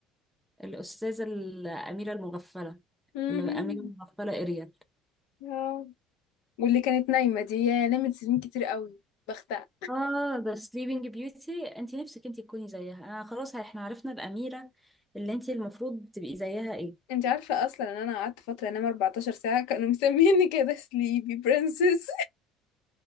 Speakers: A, in the centre; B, on the left.
A: الأستاذة الأميرة المغفلة
B: مهم.
A: الأميرة المغفلة إريل
B: اه واللي كانت نايمة دي يا نامت سنين كتير قوي بختها
A: اه ده سليبنج بيوتي انت نفسك انت تكوني زيها انا خلاص احنا عرفنا الاميره اللي انت المفروض تبقي زيها ايه
B: انت عارفة اصلا ان انا قعدت فترة انام 14 ساعة كانوا مسميني كده سليبي برنسس